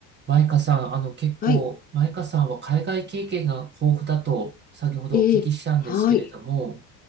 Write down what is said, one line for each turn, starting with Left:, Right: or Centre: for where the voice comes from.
Right: マイカさん、あの結構、
Left: はい。
Right: マイカさんは海外経験が豊富だと先ほどお聞きしたんですけれども、
Left: ええ、はい。